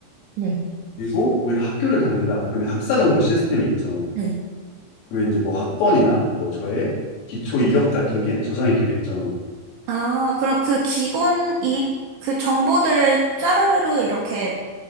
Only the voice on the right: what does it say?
네.
네.
아, 그럼 그 기본 이, 그 정보들을 짜르르르 이렇게